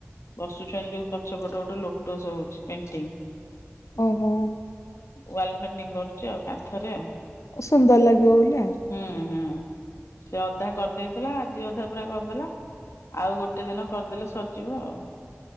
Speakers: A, on the left; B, on the left.
A: ବସୁଛନ୍ତି ପଛପଟ ଗୋଟେ ଲୋଟୋସ ହଉଛି ପେଣ୍ଟି।
B: ଓ ହୋଉ।
A: ୱାଲ ପେଣ୍ଟିଙ୍ଗ କରୁଚି ଆଉ କାନ୍ଥ ରେ ଆଉ।
B: ସୁନ୍ଦର ଲାଗିବ ବୋଲି ଆଉ।
A: ହୁଁ ହୁଁ ସେ ଅଧା କରିଦେଇଥିଲା ଆଜି ଅଧା ପୁରା କରିଦେଲା ଆଉ ଗୋଟେ ଦିନ କରିଦେଲେ ସରିଯିବ ଆଉ।